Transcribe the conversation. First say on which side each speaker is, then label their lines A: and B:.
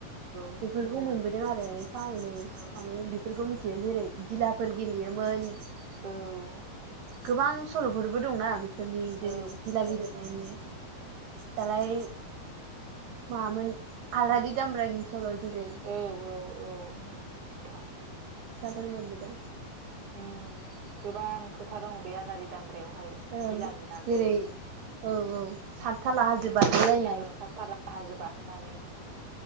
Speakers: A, on the right; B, on the right.
A: औ
B: बेफोरखौ मोनबोदों आरो एफा एनै
A: औ
B: माने बेफोरखौ मिथियो जेरै गिलाफोर गेलेयोमोन
A: औ
B: गोबां सल'फोरबो दंना फोरनि
A: औ
B: जेरै धिला गेलेनायनि दालाय मामोन आलारि दामब्रानि सल' जेरै
A: औ औ औ नों नोंथां
B: फोर मोनबोदों।
A: ओम गोबां खोथा दङ बे आलारि दामब्रा बेवहाय
B: ओं
A: गिलानि बागै
B: जेरै औ औ सातथाला हाजो बारलायनाय
A: सात थाला हाजो बारहोनानै